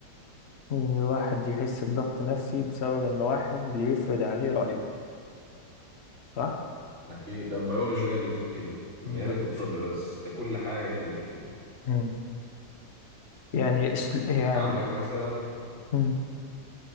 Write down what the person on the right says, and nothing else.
اكيد ده البيولوجي هي اللي بتقول كده يا
ريت الطب بس ده كل حاجه هي اللي بتقول كده
عندك مثلا